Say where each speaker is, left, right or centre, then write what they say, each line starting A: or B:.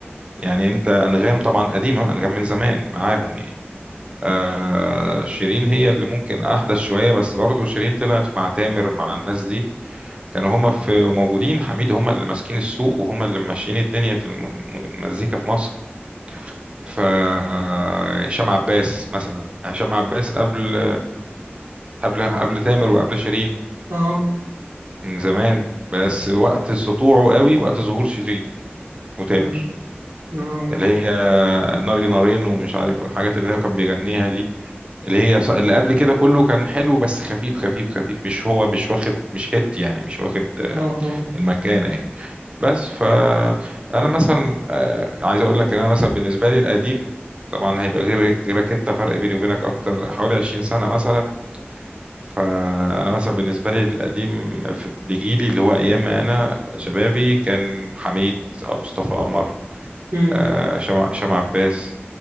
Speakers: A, on the right; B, on the right.
A: يعني انت انغام طبعا قديمة انغام من زمان معاهم يعني آه شيرين هي اللي ممكن احدث شويه بس برضو شيرين طلعت مع تامر مع الناس دي كانوا هما في موجودين حميد هما اللي ماسكين السوق وهما اللي ماشيين الدنيا في الم- المزيكا في مصر ف آه، هشام عباس مثلا هشام عباس قبل قبل قبل تامر وقبل شيرين
B: اه
A: من زمان بس وقت سطوعه قوي وقت ظهور شيرين وتامر
B: مم. اه
A: اللي هي ناري نارين ومش عارف والحاجات اللي هو كان بيغنيها دي اللي هي ص- اللي قبل كده كله كان حلو بس خفيف خفيف خفيف مش هو مش واخد مش هيت يعني مش واخد آه،
B: اه اه
A: المكانة يعني بس ف انا مثلا آه، عايز اقول لك ان انا مثلا بالنسبة لي القديم طبعا هيبقى غير غيرك انت فرق بيني وبينك اكتر حوالي 20 سنة مثلا فانا مثلا بالنسبة لي القديم في- لجيلي اللي هو ايام ما انا شبابي كان حميد آه، مصطفى قمر
B: آه.
A: آه، شمع شمع عباس